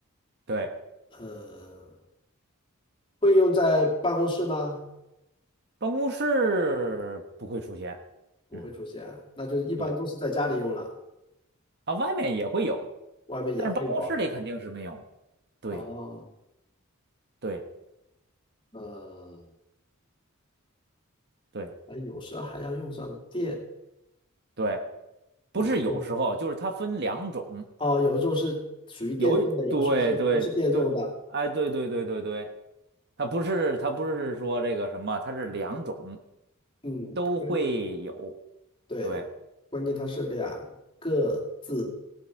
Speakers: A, on the right (about 50°); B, on the left (about 25°).
A: 对，
B: 呃，会用在办公室吗？
A: 办公室不会出现，
B: 不会出现啊，
A: 嗯，
B: 那就一般都是在家里用了，
A: 对啊，外面也会有，
B: 外面也会有啊。
A: 但是办公室里肯定是没有，对
B: 哦，
A: 对
B: 呃，
A: 对
B: 哎，有时候还要用上电。
A: 对，不是有时候，
B: 有时候
A: 就是它分两种，
B: 哦，有时候是属于电动的，
A: 有一对对对，
B: 有时候是不是电动的？
A: 哎，对对对对对，它不是它不是说这个什么，它是两种
B: 嗯，
A: 都会有，
B: 因为对，
A: 对
B: 关键它是两个字。